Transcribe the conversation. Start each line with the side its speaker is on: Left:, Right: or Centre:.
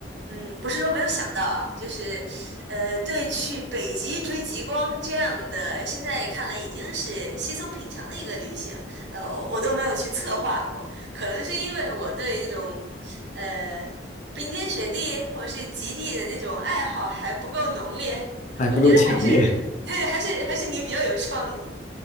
Right: 嗯，不是说没有想到啊，就是，呃，对去北极追极光这样的，现在看来已经是稀松平常的一个旅行，呃，我都没有去策划过。可能是因为我对这种。呃，冰天雪地或者是极地的那种爱好还不够浓烈，
Left: 还不够强烈。
Right: 我觉得还是 <laughs>，对，还是还是你比较有创意。